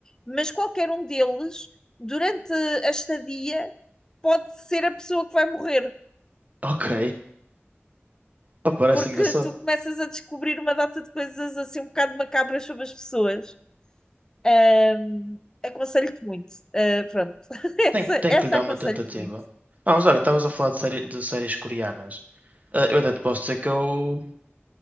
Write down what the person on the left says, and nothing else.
mas qualquer um deles, durante a estadia, pode ser a pessoa que vai morrer.
porque
tu começas a descobrir uma data de coisas assim um bocado macabras sobre as pessoas. Ahm, aconselho-te muito. Ah, pronto, <laughs> essa,
essa
aconselho-te
muito.